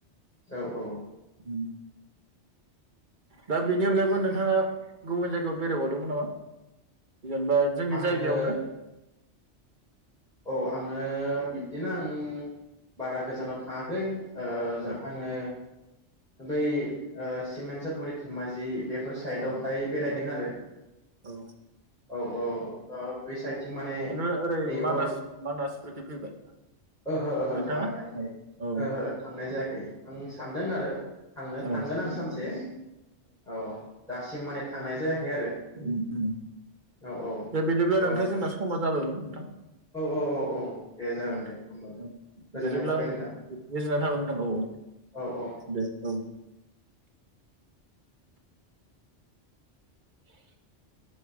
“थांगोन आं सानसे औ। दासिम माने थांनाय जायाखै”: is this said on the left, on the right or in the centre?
Centre